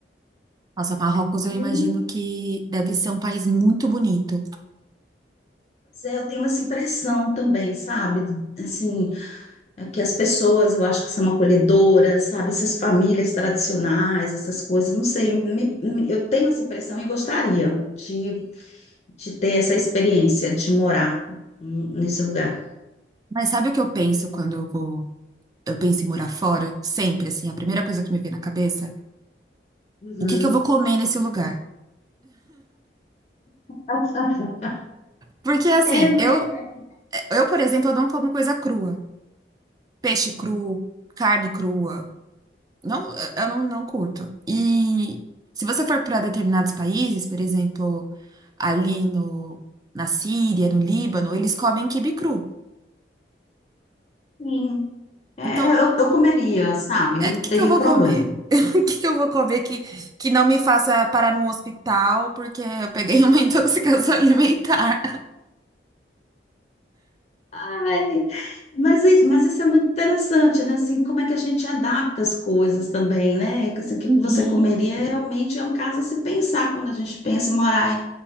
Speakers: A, on the right; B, on the left.
A: Nossa, Marrocos eu
B: Hum,
A: imagino que deve ser um país muito bonito.
B: pois é, eu tenho essa impressão também, sabe? Assim, é que as pessoas eu acho que são acolhedoras, sabe? Essas famílias tradicionais, essas coisas, não sei, me- me- eu tenho essa impressão e gostaria de, de ter essa experiência de morar hum, nesse lugar.
A: Mas sabe o que eu penso quando eu vou, eu penso em morar fora? Sempre, assim, a primeira coisa que me vem na cabeça
B: Uhum.
A: O que que eu vou comer nesse lugar?
B: <laughs>
A: Porque assim,
B: É verdade.
A: eu, eu, por exemplo, eu não como coisa crua. Peixe cru, carne crua. Não, eu não, não curto. E se você for para determinados países, por exemplo, ali no, na Síria, no Líbano, eles comem quibe cru.
B: Sim. É,
A: Então,
B: é, eu, eu comeria, sabe?
A: é,
B: Não
A: o que
B: teria
A: que eu vou
B: problema.
A: comer? <laughs> O que que eu vou comer que, que não me faça parar num hospital porque eu peguei uma <laughs> intoxicação alimentar?
B: Ai, mas isso, mas isso é muito interessante, né? Assim, como é que a gente adapta as coisas também, né? Que, Assim, o que
A: Uhum,
B: você comeria realmente é um caso a se pensar quando a gente pensa em morar